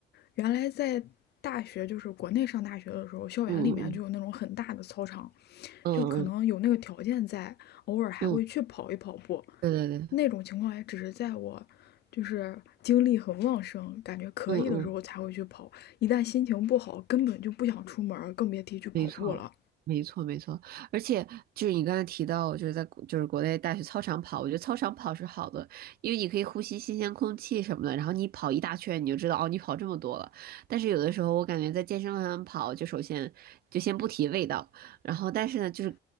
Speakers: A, on the left; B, on the right.
A: 原来在大学，就是国内上大学的时候，校园里面就有那种很大的操场，
B: 嗯嗯嗯嗯。
A: 就可能有那个条件在，偶尔还会去跑一跑步。
B: 嗯，对对对，
A: 那种情况也只是在我就是精力很旺盛，感觉可以的时候才会去跑，
B: 嗯嗯。
A: 一旦心情不好，根本就不想出门，更别提去跑步了。
B: 没错，没错，没错。而且就是你刚才提到，就是在国就是国内大学操场跑，我觉得操场跑是好的，因为你可以呼吸新鲜空气什么的。然后你跑一大圈，你就知道哦，你跑这么多了。但是有的时候我感觉在健身房上跑，就首先就先不提味道，然后但是呢，就是